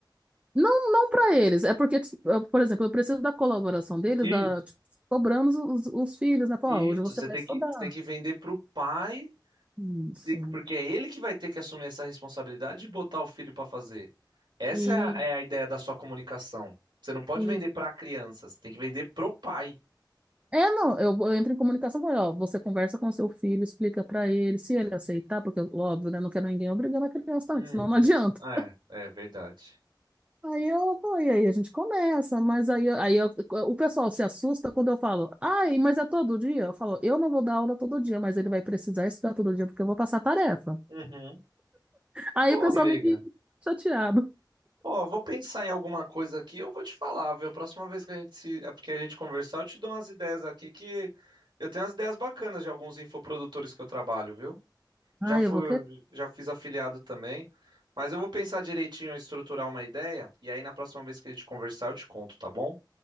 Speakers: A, on the right; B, on the right.
A: Não, não para eles. É porque, tipo, eu, por exemplo, eu preciso da colaboração deles,
B: Isso,
A: da, tipo, cobramos os, os filhos, né? Falar,
B: isso.
A: "Ó, hoje você
B: Você
A: vai
B: tem
A: estudar.
B: que, você tem que vender para o pai,
A: Isso.
B: de- porque é ele que vai ter que assumir essa responsabilidade de botar o filho para fazer. Essa
A: E,
B: é a, é a ideia da sua comunicação. Você não pode
A: e...
B: vender para a criança, você tem que vender pro pai.
A: É, não, eu, eu entro em comunicação com ele, ó, você conversa com seu filho, explica para ele, se ele aceitar, porque, óbvio, né, não quero ninguém obrigando a criança também,
B: Uhum.
A: que senão não <laughs> adianta.
B: É, é verdade.
A: Aí eu, pô, e aí a gente começa, mas aí, eu- aí eu- o pessoal se assusta quando eu falo, ai, mas é todo dia? Eu falo, eu não vou dar aula todo dia, mas ele vai precisar estudar todo dia porque eu vou passar tarefa.
B: Uhum.
A: Aí
B: Ô,
A: o pessoal
B: amiga.
A: meio que fica chateado.
B: Ó, vou pensar em alguma coisa aqui, eu vou te falar, viu? A próxima vez que a gente se, é porque a gente conversar, eu te dou umas ideias aqui que eu tenho umas ideias bacanas de alguns infoprodutores que eu trabalho, viu?
A: Ai,
B: Já fui,
A: eu vou que...
B: já fiz afiliado também, mas eu vou pensar direitinho, estruturar uma ideia e aí na próxima vez que a gente conversar, eu te conto, tá bom?